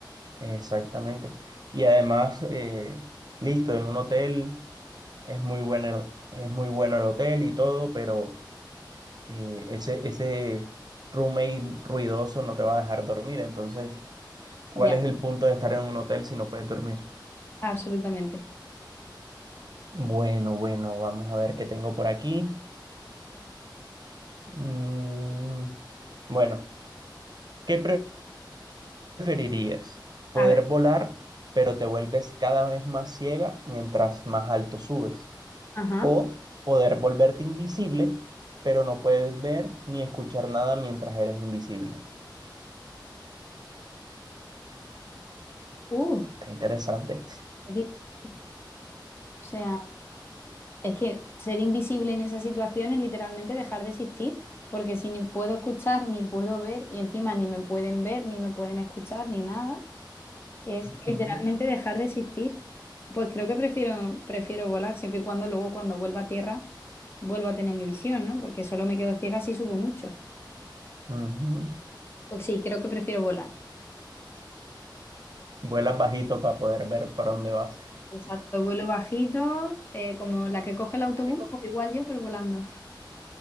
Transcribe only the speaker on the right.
Exactamente. Y además, eh, listo, en un hotel es muy bueno, es muy bueno el hotel y todo, pero eh, ese, ese roommate ruidoso no te va a dejar dormir. Entonces, ¿cuál
es el punto de estar en un hotel si no puedes dormir?
Bueno, bueno, vamos a ver qué tengo por aquí. Mm, bueno, ¿qué pre- preferirías? ¿Poder
volar, pero te vuelves cada vez más ciega mientras más alto subes?
o poder volverte invisible, pero no puedes ver ni escuchar nada mientras eres invisible.
Está interesante.
Ujú,
ujú.
Vuelas bajito para poder ver para dónde vas.
¿Qué co-